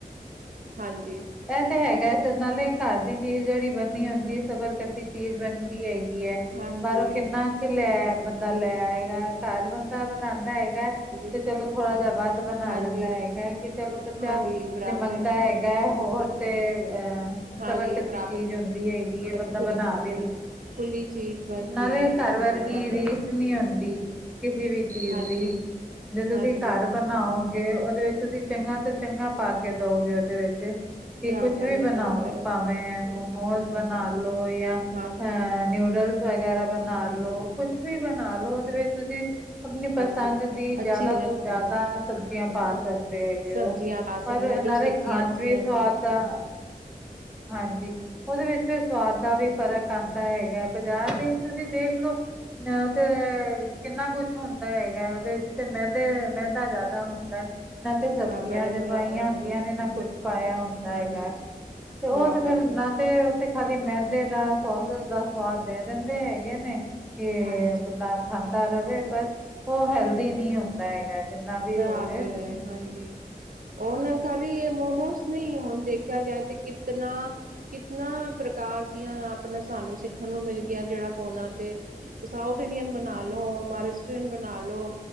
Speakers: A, on the right; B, in the centre.
A: ਹਾਂਜੀ
B: ਇਹ ਤੇ ਹੈਗਾ ਇਸ ਨਾਲੇ ਘਰ ਦੀ ਚੀਜ ਜਿਹੜੀ ਬਣਨੀ ਹੁੰਦੀ ਸਬਰਕਤੀ ਚੀਜ ਬਣਦੀ ਹੈ। ਹੈਗੀ ਹੈ
A: ਹਾਂਜੀ
B: ਪਰ ਕਿੰਨਾ ਕਿ ਲੈ ਬੰਦਾ ਲੈ ਆਏਗਾ। ਘਰ ਬੰਦਾ ਬਣਾਉਂਦਾ ਹੈਗਾ। ਤੇ
A: ਹਾਂਜੀ
B: ਚਲੋ ਥੋੜਾ ਜਹਾ ਵੱਧ ਬਣਾ ਲੈਦਾ
A: ਹਾਂਜੀ
B: ਹੈਗਾ ਹੈ ਕਿ ਚਲੋ ਬੱਚਾ
A: ਹਾਂਜੀ ਬਰਾਬਰ
B: ਜੇ ਮੰਗਦਾ ਹੈ। ਹੈਗਾ ਹੋਰ ਤੇ ਅਹ।
A: ਹਾਂਜੀ
B: ਸਬਰਕਤੀ
A: ਬਰਾਬਰ
B: ਚੀਜ ਹੁੰਦੀ ਹੈਗੀ ਆ ਬੰਦਾ
A: ਖੁੱਲੀ
B: ਬਣਾਵੇ।
A: ਖੁੱਲੀ ਚੀਜ਼ ਬਣਦੀ
B: ਨਾਲੇ
A: ਹੈ
B: ਘਰ
A: ਬਣਦੀ
B: ਵਰਗੀ
A: ਬਰਾਬਰ
B: ਰੀਸ ਨੀ ਹੁੰਦੀ ਕਿਸੇ ਵੀ ਚੀਜ
A: ਹਾਂਜੀ,
B: ਦੀ। ਜੇ ਤੁਸੀ
A: ਹਾਂਜੀ
B: ਘਰ ਬਣਾਓਗੇ ਉਹਦੇ ਵਿੱਚ ਤੁਸੀਂ ਚੰਗਾ ਤੋਂ ਚੰਗਾ ਪਾ ਕੇ ਦਓਗੇ ਉਹਦੇ ਵਿੱਚ ਕਿ
A: ਬਰਾਬਰ
B: ਕੁਛ ਵੀ
A: ਹੈ,
B: ਬਣਾਓ
A: ਬਰਾਬਰ ਹੈ
B: ਭਾਵੇ ਮੋਮੋਜ਼ ਬਣਾ ਲ ਲੋ ਯ
A: ਹਾਂਜੀ।
B: ਨਿਊਡਲਸ ਵਗੈਰਾ ਬਣਾ ਲੋ ਕੁਛ ਵੀ ਬਣਾ ਲੋ ਉਹਦੇ ਵਿੱਚ ਤੁਸੀ ਆਪਣੀ ਪਸੰਦ
A: ਹਾਂਜੀ,
B: ਦੀ
A: ਅੱਛੀ
B: ਜ਼ਿਆਦਾ ਤੋਂ ਜ਼ਿਆਦਾ ਸਬਜ਼ੀਆਂ ਪਾ ਸਕਦੇ ਹੇਗੇ
A: ਸਬਜ਼ੀਆਂ
B: ਓ।
A: ਪਾ ਸਕਦੇ
B: ਹਰ
A: ਹਾਂ ਜੋ
B: ਨਾਲੇ
A: ਸਬਜ਼ੀਆਂ
B: ਖਾਣ
A: ਅੱਛੀਆਂ
B: 'ਚ ਵੀ ਸਵਾਦ
A: ਹੁੰਦੀਆਂ।
B: ਆ ਹਾਂਜੀ ਉਹਦੇ ਵਿੱਚ ਫਿਰ ਸਵਾਦ ਦਾ ਵੀ ਫ਼ਰਕ ਆਂਦਾ ਹੈਗਾ ਬਾਜ਼ਾਰ ਵਿੱਚ ਤੁਸੀ ਦੇਖ ਲਓ। ਨਾ ਉਹ ਤੇ ਕਿੰਨਾ ਕੁਛ ਹੁੰਦਾ ਹੈਗਾ ਉਹਦੇ ਵਿੱਚ ਤੇ ਮੈਦੇ ਮੈਦਾ ਜ਼ਿਆਦਾ ਹੁੰਦਾ ਹੈ। ਨਾ ਤੇ ਸਬਜ਼ੀਆਂਜੇ
A: ਬਰਾਬਰ ਹੈ, ਬਰਾਬਰ
B: ਪਾਈਆਂ
A: ਹੈ।
B: ਹੁੰਦੀਆਂ
A: ਹਾਂਜੀ,
B: ਨੇ ਨਾ ਕੁਛ ਪਾਇਆ ਹੁੰਦਾ
A: ਹਾਂਜੀ।
B: ਹੈਗਾ ਤੇ ਉਹ
A: ਬਰਾਬਰ
B: ਤੇ ਫੇਰ
A: ਹੈ,
B: ਤੇ ਉਥੇ ਖਾਲੀ ਮੈਦੇ ਦਾ ਸੋਸੇਸ ਦਾ ਸਵਾਦ ਦੇ ਦਿੰਦੇ ਹੈਗੇ ਨੇ। ਕਿ
A: ਹਾਂਜੀ।
B: ਬੰਦਾ ਖਾਂਦਾ ਰਹੇ ਪਰ ਉਹ ਹੈਲਦੀ ਨਹੀ ਹੁੰਦਾ ਹੈਗਾ। ਜਿੰਨਾ ਵੀ
A: ਬਰਾਬਰ
B: ਹੋ ਜੇ
A: ਹੈ ਹਾਂਜੀ ਉਹਨ ਖਾਲੀ ਇਹ ਮੋਮੋਸ ਨਹੀ ਹੁਣ ਦੇਖਿਆ ਜਾਏ ਤੇ ਕਿਤਨਾ ਕਿਤਨਾ ਪ੍ਰਕਾਰ ਦੀਆਂ ਆਪਣਾ ਸਾਨੂੰ ਸਿੱਖ ਥੁਹਾਨੂੰ ਮਿਲ ਗਿਆ ਜਿਹੜਾ ਫੋਨਾਂ 'ਤੇ। ਸਾਊਥ ਇੰਡੀਅਨ ਬਣਾ ਲੋ ਮਹਾਰਾਸ਼ਟਰੀਅਨ ਬਣਾ ਲ ਲੋ।